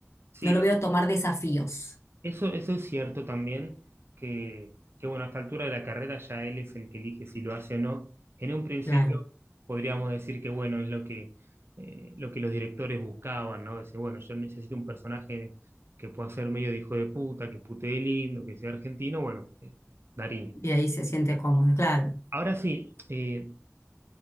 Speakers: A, on the right; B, on the left.
A: sí,
B: no lo veo tomar desafíos.
A: eso, eso es cierto también, que, que bueno, a esta altura de la carrera ya él es el que elige si lo hace o no. En un principio
B: Claro.
A: podríamos decir que bueno, es lo que, eh, lo que los directores buscaban, ¿no? Decir, bueno, yo necesito un personaje que pueda ser medio de hijo de puta, que putee lindo, que sea argentino, bueno, eh, Darín.
B: Y ahí se siente cómoda, claro.
A: Ahora sí, eh,